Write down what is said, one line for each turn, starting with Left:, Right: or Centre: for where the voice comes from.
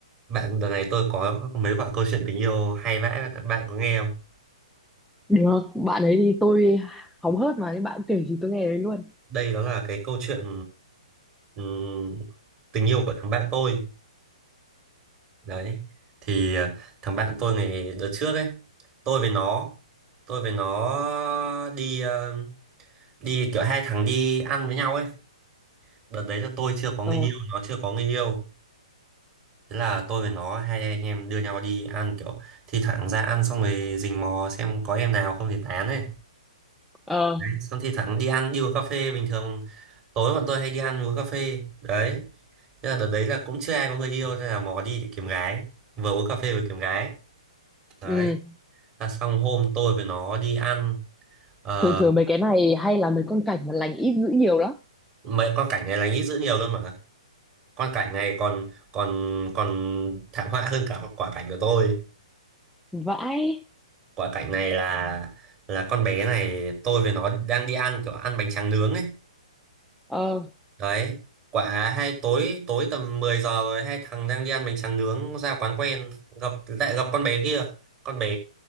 Right: Bạn đợt này tôi có mấy quả câu chuyện tình yêu hay vãi bạn, bạn có nghe không?
Centre: Được, bạn ấy thì tôi hóng hớt mà nên bạn kể gì tôi nghe đấy luôn.
Right: Đây đó là cái câu chuyện ừm, tình yêu của thằng bạn tôi. Đấy. Thì ờ, thằng bạn tôi ngày đợt trước ấy, tôi với nó tôi với nó đi ờ, đi kiểu hai thằng đi ăn với nhau ấy. Đợt đấy là tôi chưa có người
Centre: Ờ,
Right: yêu, nó chưa có người yêu. Thế là tôi với nó hai anh em đưa nhau đi ăn kiểu thi thoảng ra ăn xong rồi rình mò xem có em nào không thì tán ấy.
Centre: ờ,
Right: Đấy, xong thì thẳng đi ăn đi uống cà phê bình thường tối bọn tôi hay đi ăn uống cà phê đấy thế là đợt đấy là cũng chưa ai có người yêu nên là mò đi để kiếm gái vừa uống cà phê vừa kiếm gái đấy
Centre: ừ.
Right: là xong hôm tôi với nó đi ăn Ờ,
Centre: Thường thường mấy cái này hay là mấy con cảnh mà lành ít dữ nhiều lắm.
Right: mấy con cảnh này là nghĩ dữ nhiều luôn mà con cảnh này còn còn còn thảm họa hơn cả quả cảnh của tôi
Centre: Vãi,
Right: quả cảnh này là là con bé này tôi với nó đang đi ăn kiểu ăn bánh tráng nướng ấy
Centre: ờ,
Right: đấy quả hai tối tối tầm 10 giờ rồi hai thằng đang đi ăn bánh tráng nướng ra quán quen gặp lại gặp con bé kia con bé